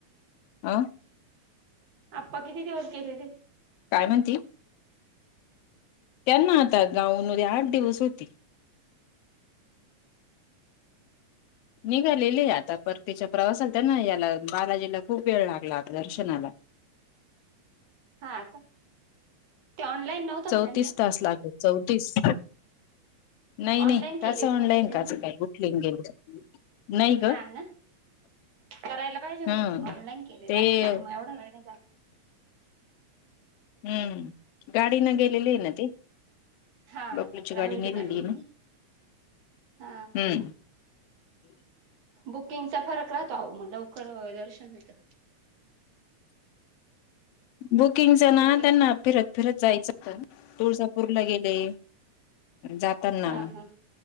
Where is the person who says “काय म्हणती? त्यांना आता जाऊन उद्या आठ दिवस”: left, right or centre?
Left